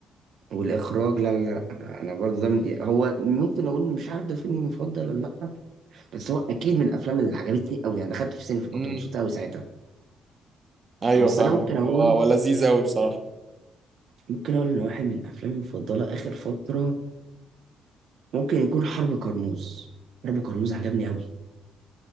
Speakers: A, on the right; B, on the right.
A: والإخراج لا لا لا أنا أنا برضه ده من هو ممكن أقول مش عارف ده فيلمي المفضل ولا لأ بس هو أكيد من الأفلام اللي عجبتني أوي يعني دخلت في السينما فكنت
B: امم
A: مبسوط أوي ساعتها
B: ايوه
A: بس
B: فاهمك
A: أنا ممكن
B: هو
A: أقول
B: هو لذيذ قوي بصراحة
A: ممكن أقول إن واحد من الأفلام المفضلة آخر فترة ممكن يكون حرب كرموز حرب كرموز عجبني أوي